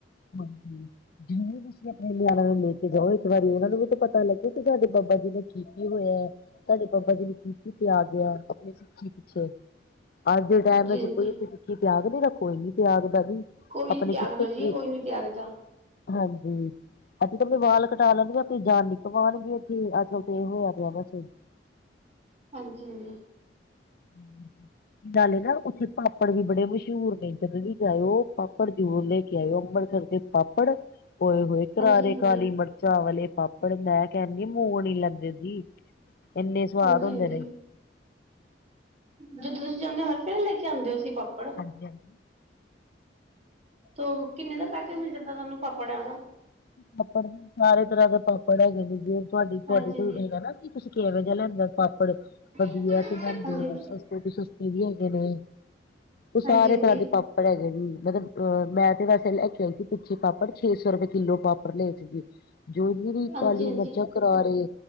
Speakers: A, on the left; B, on the right.
A: ਹਾਂਜੀ ਜਿਵੇਂ ਤੁਸੀਂ ਆਪਣੇ ਨਿਆਣਾ ਨੂੰ ਲੈ ਕੇ ਜਾਓ ਇੱਕ ਵਾਰੀ ਉਹਨਾਂ ਨੂੰ ਵੀ ਤਾਂ ਪਤਾ ਲੱਗੇ, ਤੁਵਾਡੇ ਬਾਬਾ ਜੀ ਨੂੰ ਕਿ ਕੀ ਹੋਯਾ ਤੁਵਾਡੇ ਬਾਬਾ ਜੀ ਨੇ ਕੀ ਕੀ ਤਿਆਗਯਾ? ਸਿੱਖੀ ਪਿੱਛੇ ਅੱਜ ਦੇ ਟੈਮ ਚ
B: ਹਾਂਜੀ
A: ਕੋਈ ਸਿੱਖੀ ਤਿਆਗ ਦੇਗਾ ਕੋਈ ਨੀ ਤਿਆਗਦਾ ਜੀ।
B: ਕੋਈ
A: ਆਪਣੇ
B: ਨ ਤਿਆਗਦਾ
A: ਕਿੱਥੇ ਕੀ
B: ਜੀ ਕੋਈ ਨੀ ਤਿਆਗਦਾ।
A: ਹਾਂਜੀ। ਅੱਜ ਕਾਲ ਦੇ ਵਾਲ ਕਟਾ ਲੈਣਗੇ ਆਪਣੀ ਜਾਣ ਨੀ ਗਵਾਨ ਗੇ ਜੀ, ਅੱਜ ਕਾਲ ਤੇ ਐਹ ਹੋ ਗਯਾ ਵੈਸੇ।
B: ਹਾਂਜੀ ਹਾਂਜੀ।
A: <inaudible> ਨਾਲੇ ਨਾ ਉੱਥੇ ਪਾਪੜ ਵੀ ਬੜੇ ਮਸ਼ਹੂਰ ਨੇ ਜਦੋਂ ਵੀ ਜਾਇਓ ਪਾਪੜ ਜ਼ਰੂਰ ਲੈ ਕੇ ਆਇਓ ਅੰਬਰਸਰ ਦੇ। ਪਾਪੜ ਓਏ ਹੋਏ ਕਰਾਰੇ
B: ਹਾਂਜੀ ਹਾਂਜੀ
A: ਕਾਲੀ ਮਿਰਚਾਂ ਵਾਲੇ ਪਾਪੜ। ਆਪ ਮੈਂ ਕਹਿਣਦੀ ਮੂੰਗ ਨੀ ਲੈਂਦੇ ਸੀ ਇੰਨੇ ਸਵਾਦ
B: ਹਾਂਜੀ
A: ਹੁੰਦੇ
B: ਹਾਂਜੀ
A: ਨੇ
B: ਜਦੋਂ ਤੁਸੀਂ ਜਾਂਦੇ ਹੋ ਹੋਰ ਫਿਰ ਲੈ ਕੇ ਆਉਂਦੇ ਹੋ ਸੀ ਪਾਪਾ
A: ਹਾਂਜੀ -। ਹਾਂਜੀ
B: ਤੋਂ ਕਿੰਨੇ ਦਾ ਪੈਕੇਜ ਮਿਲ ਜਾਂਦਾ ਤੁਹਾਨੂੰ ਪਾਪੜਿਆਂ ਦਾ
A: ਪਾਪੜ, ਸਾਰੇ ਤਰ੍ਹਾਂ ਦੇ ਪਾਪੜ ਹੈਗੇ ਨੇ ਜੀ ਤੁਹਾਡੀ ਤੁਹਾਡੇ
B: ਹਾਂਜੀ
A: ਕੋਲ ਹੈਗਾ ਨਾ ਕੀ ਤੁਸੀਂ ਕਿਵੇਂ ਜਿਹਾ ਲੈਂਦੇ ਪਾਪੜ ਵਧੀਆ
B: ਹਾਂਜੀ
A: ਤੇ ਲਿਆਂਦੇ
B: ਹਾਂਜੀ
A: ਸਸਤੇ ਤ ਸਸਤੇ ਵੀ ਹੈਗੇ ਨੇ ਉਹ ਸਾਰੇ
B: ਹਾਂਜੀ
A: ਤਰ੍ਹਾਂ
B: ਹਾਂਜੀ
A: ਦੇ ਪਾਪ- ਪਾਪੜ ਹੈਗੇ ਵੀ ਮਤਲਬ ਅਹ ਮੈਂ ਤੇ ਵੈਸੇ ਲੈ ਕੇ ਆਈ ਸੀ ਪਿੱਛੇ ਪਾਪੜ ਛੇ ਸੌ ਰੁਪਏ ਕਿੱਲੋ ਪਾਪੜ ਲਏ ਸੀਗੇ ਜੋ ਇਹਨੀ ਵੀ
B: ਹਾਂਜੀ
A: ਕਾਲੀ ਮਿਰਚਾਂ ਕਰਾਰੇ